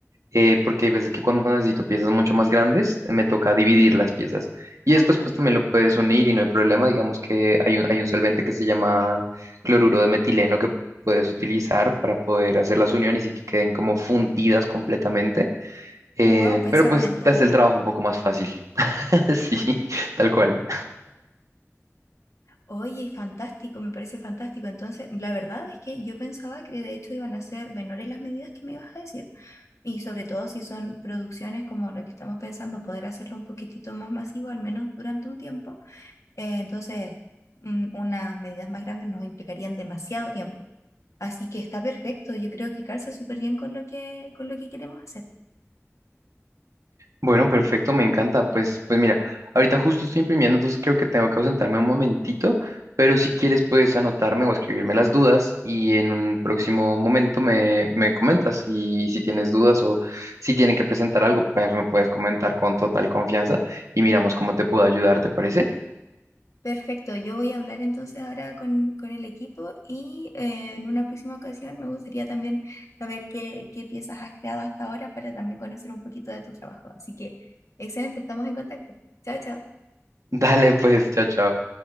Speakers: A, on the right; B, on the left.
A: eh, porque hay veces que cuando necesito piezas mucho más grandes, me toca dividir
B: Ujú.
A: las piezas. Y
B: Ah,
A: después, pues
B: claro.
A: también lo puedes unir y no hay problema. Digamos que hay un, hay un solvente que se llama cloruro de metileno que puedes utilizar para poder hacer las uniones y que queden como fundidas completamente. Eh,
B: Wow, pensaron
A: pero pues
B: en todo.
A: te hace el trabajo un poco más fácil. <laughs> Sí, tal cual.
B: Oye, fantástico, me parece fantástico. Entonces, la verdad es que yo pensaba que de hecho iban a ser menores las medidas que me ibas a decir. Y sobre todo si son producciones como lo que estamos pensando, poder hacerlo un poquitito más masivo, al menos durante un tiempo. Eh, entonces, mm, unas medidas más grandes nos implicarían demasiado tiempo. Así que está perfecto. Yo creo que calza súper bien con lo que, con lo que queremos hacer.
A: Bueno, perfecto, me encanta. Pues, pues mira, ahorita justo estoy imprimiendo, entonces creo que tengo que ausentarme un momentito, pero si quieres puedes anotarme o escribirme las dudas y en un próximo momento me, me comentas si, si tienes dudas o si tienen que presentar algo, pues me puedes comentar con total confianza y miramos cómo te puedo ayudar, ¿te parece?
B: Perfecto, yo voy a hablar entonces ahora con, con el equipo y eh, en una próxima ocasión me gustaría también saber qué, qué piezas has creado hasta ahora para también conocer un poquito de tu trabajo. Así que, excelente, estamos en contacto. Chao, chao.
A: <laughs> Dale, pues, chao, chao.